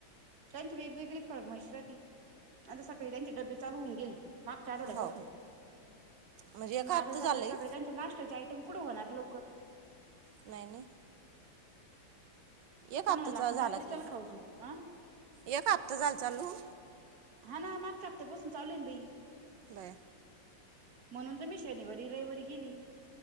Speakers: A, on the right; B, on the right.
A: त्यांची वेगवेगळी फर्माईश आता सकाळी त्यांचे डबे चालू होऊन गेले मागच्या आठवड्यापासून
B: हो म्हणजे एक
A: मग
B: हफ्ता
A: आता सकाळी
B: झालय
A: सकाळी त्यांचे नाश्त्याचे आयटम कुठे होणार लवकर
B: नाही नाही एक
A: त्यांना
B: हप्ताचा
A: म्हणलं आपण
B: झाला
A: रात्रीच्याला
B: चल
A: खाऊ जाऊ आ
B: एक हप्ता झाल चालू
A: हा ना मागच्या हप्त्या बसून चालू आहे ना बई
B: बया
A: म्हणून तर मी शनिवारी रविवारी गेली